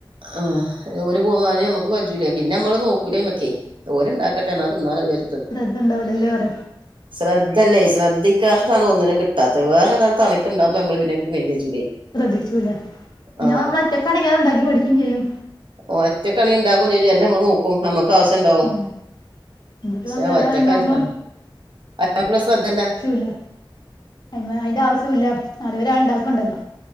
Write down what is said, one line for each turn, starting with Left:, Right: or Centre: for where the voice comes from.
Right: ആഹ് ഓര് പോകുമ്പയ്ൻ നമ്മക്ക് കജൂലേ പിന്നെ നമ്മള് നോക്കൂല്യ്മക്കേ ഓല് ഉണ്ടാക്കട്ടെ ന്നാ തിന്നാലോ ന്ന് വിചാരിച്ചു
Left: ശ്രദ്ധ ഉണ്ടാവുലല്ലോറ
Right: ശ്രദ്ധല്ലേ ശ്രദ്ധി ഇതാണ് ഒന്നിന കിട്ടാത്തെ, വേറെരാള് തോണക്ണ്ടകമ്പോ നമ്മൾ പിന്നെ അതിമക്ക് മൈന്റ് ചെയ്യൂലേ
Left: ശ്രദ്ധിച്ചൂല ഇന്നാ
Right: ആ
Left: നമ്മൾ ഒറ്റക്കാണെങ്കിൽ അതണ്ടാക്കി പഠിക്കും ചെയ്യും.
Right: ഓറ്റക്കണിങ്കി ഇണ്ടാക്കും ചെയ്യും എല്ലം നമ്മള് നോക്കും നമുക്ക് ആവശ്യം ഉണ്ടാവും
Left: ഉം ഇതിപ്പോ
Right: ശെ
Left: വേറെ
Right: ഒറ്റക്ക്‌
Left: ആളുണ്ടാവുമ്പോ
Right: അക്കലസ് <unintelligible> ശ്രദ്ധ ഇല്ല
Left: ഇല്ല അയിമ്മേ അതിന്റെ ആവശ്യം ഇല്ല ന്നാ ഒരാൾ ഉണ്ടാക്കണ്ടല്ലോ